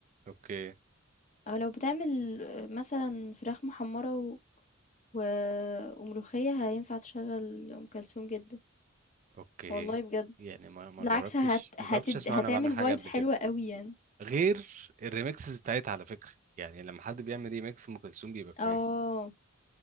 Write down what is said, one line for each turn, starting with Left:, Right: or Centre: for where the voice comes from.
Right: اوكي
Left: أو لو بتعمل آه، مثلا فراخ محمرة و... و- وملوخية هينفع تشغل أم كلثوم جدا
Right: اوكي
Left: والله بجد
Right: يعني ما ما
Left: بالعكس
Right: جربتش
Left: هت...
Right: ما
Left: هتد...
Right: جربتش اسمع
Left: هتعمل
Right: انا بعمل حاجه
Left: فايبس
Right: قبل
Left: حلوة
Right: كده
Left: قوي يعني
Right: غير الريمكسز بتاعتها على فكره يعني لما حد بيعمل ريمكس ام كلثوم بيبقى كويس
Left: اه